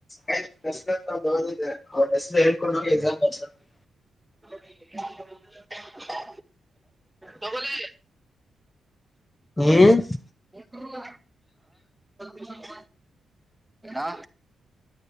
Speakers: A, on the left; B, in the centre.
A: ಹೇಳ್ ಬಸ್ ಬಂತು. ಹೋಗಿದ್ದೆ ಅವನ್ ಹೆಸರು ಹೇಳ್ಕೊಂಡ ಎಕ್ಸಾಮ್ ಬರ್ಸೋವ್ರೆ,
B: ಹೇ <unintelligible> ತಗುಣಿ
A: ಎಸ್
B: ಈ ತಿಂಗಳು ಏನೋ ಏನೋ,